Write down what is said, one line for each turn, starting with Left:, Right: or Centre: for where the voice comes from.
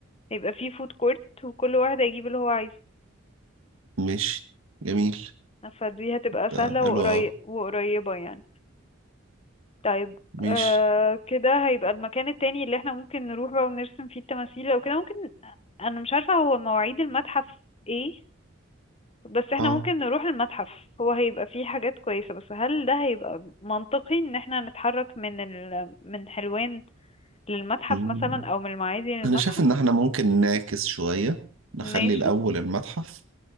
Left: هيبقى فيه فود كورت وكل واحد هيجيب اللي هو عايزه
Right: ماشي جميل
Left: فدي هتبقى
Right: ده
Left: سهلة
Right: حلو
Left: وقري...
Right: اه
Left: وقريبة يعني طيب
Right: ماشي
Left: آه كده هيبقى المكان التاني اللي احنا ممكن نروح بقى ونرسم فيه التماثيل او كده ممكن انا مش عارفة هو مواعيد المتحف ايه بس احنا
Right: اه
Left: ممكن نروح المتحف هو هيبقى فيه حاجات كويسة بس هل ده هيبقى منطقي ان احنا نتحرك من ال... من حلوان للمتحف
Right: مم.
Left: مثلا او من المعادي للمتحف
Right: انا شايف ان احنا ممكن نعكس شويه نخلي
Left: ماشي
Right: الاول المتحف